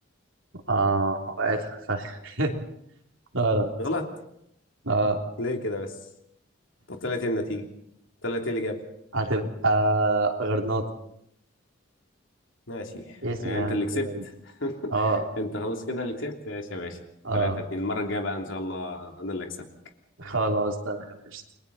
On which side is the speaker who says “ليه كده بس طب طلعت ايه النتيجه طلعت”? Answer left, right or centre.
Left